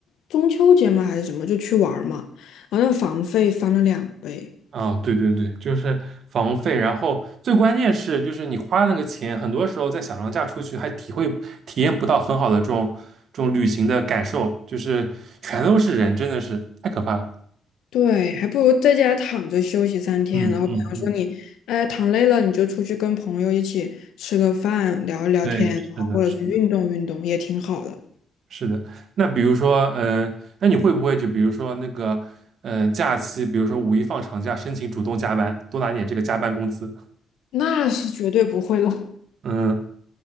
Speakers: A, on the left; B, on the right.
A: 中秋节嘛还是什么，就去玩儿嘛，然后那房费翻了两倍。
B: 啊，对对对，就是房费，然后最关键是，就是你花那个钱，很多时候在小长假出去还体会体验不到很好的这种这种旅行的感受，就是全都是人，真的是太可怕了。
A: 对，还不如在家躺着休息三天，
B: 嗯嗯嗯，
A: 然后比方说你，哎，躺累了，你就出去跟朋友一起吃个饭，聊一聊天，
B: 对，
A: 然后或者是运动运动，
B: 是的，是的，
A: 也挺好的。
B: 是的。那比如说，嗯、那你会不会就比如说那个，嗯、假期，比如说五一放长假，申请主动加班，多拿点这个加班工资？
A: 那是绝对不会了。<laughs>
B: 嗯，